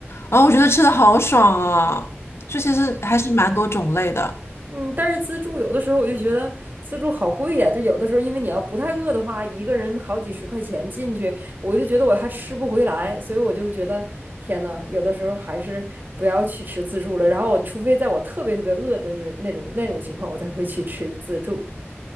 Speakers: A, on the left; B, on the right.
A: 然后我觉得吃的好爽啊，就其实还是蛮多种类的
B: 嗯，但是自助有的时候我就觉得自助好贵呀、就有的时候，因为你要不太饿的话，一个人好几十块钱进去，我就觉得我还吃不回来，所以我就觉得天呐，有的时候还是不要去吃自助了。然后我除非在我特别特别饿的那种那种那种情况，我才会去吃自助。